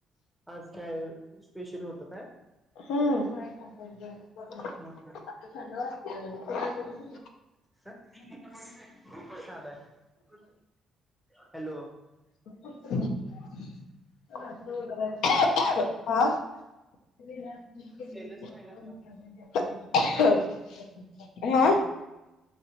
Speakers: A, in the centre; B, on the left (about 85°).
A: आज काय स्पेशल होतं काय?
B: हम्म
A: हा हा प्र आहे <unintelligible> <inaudible> हॅलो
B: हा <unintelligible> <inaudible> <unintelligible>
A: केलंच नाही का
B: हो हा
A: हॅलो